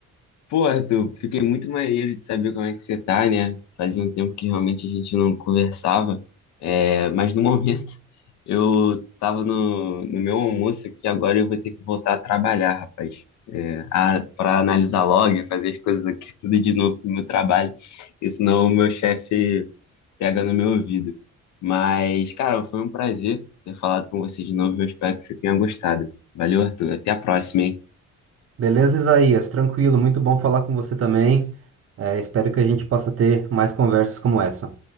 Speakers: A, on the left (about 70°); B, on the right (about 50°).
A: Pô, Arthur, fiquei muito maneiro de saber como é que você tá, né? Fazia um tempo que realmente a gente não conversava, é, mas no momento Eu tava no, no meu almoço aqui, agora eu vou ter que voltar a trabalhar, rapaz. É, a, para analisar log, fazer as coisas aqui <laughs> tudo de novo pro meu trabalho, porque senão o meu chefe pega no meu ouvido. Mas, cara, foi um prazer ter falado com você de novo. Eu espero que você tenha gostado. Valeu, Arthur. Até a próxima, hein?
B: Beleza, Isaías? Tranquilo, muito bom falar com você também. É, espero que a gente possa ter mais conversas como essa.